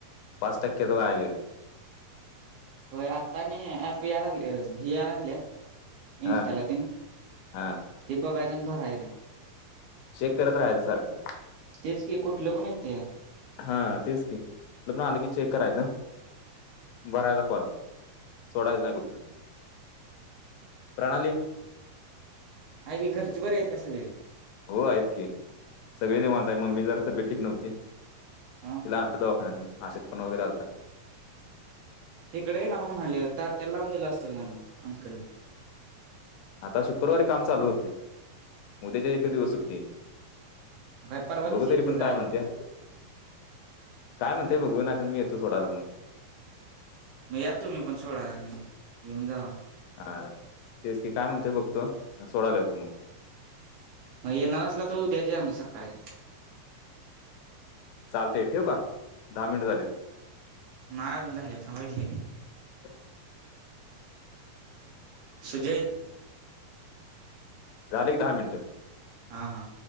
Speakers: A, on the left (about 80°); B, on the right (about 70°).
A: पाच टक्क्याच वाया गेलं.
B: होय आता नाही ऍप या लागल हे याय लागल.
A: हा
B: इन्स्टाला तेन,
A: हा
B: ते बघायचं आणि भरायचं.
A: चेक करत राहायचं सारखं
B: तेच कि कुठलं पण येत या.
A: हा तेच की <unintelligible> आलो की चेक करायचं. बरायचा फॉर्म, सोडायच नाही कुठलं. प्रणाली
B: आहे की घरचे बरे आहेत का सगळे?
A: हो आहेत की सगळे निवांताय मम्मी जरा तब्येत ठीक नव्हती.
B: हा
A: तिला आणत दवाखान्यात न आशक पणा वगैरे आलता.
B: इकड <unintelligible> म्हणाल्या तात्याला लावून दिलं असतं क ना मग अंकलला.
A: आता शुक्रवारी काम चालू होतय, उद्याच्या एकच दिवस सुट्टी.
B: काय परवा दिवशी
A: बघू
B: येत
A: तरी
B: ना
A: पण
B: जायला
A: काय म्हणत्या. काय म्हणते बघू नाही तर मी येतो सोडायला मग.
B: मग या तुम्ही पण सोडा आणि येऊन जावा मग.
A: हा तेच की काय म्हणते बघतो सोडायला येतो मग.
B: मग येणार असला तर उद्याच या मग सकाळी.
A: चालतय ठेवू का? दहा मिनिटं झालेत.
B: नाही अजून झालेल थांबा की.
A: <inaudible>
B: सुजय.
A: झाले कि दहा मिनटं.
B: हा हां.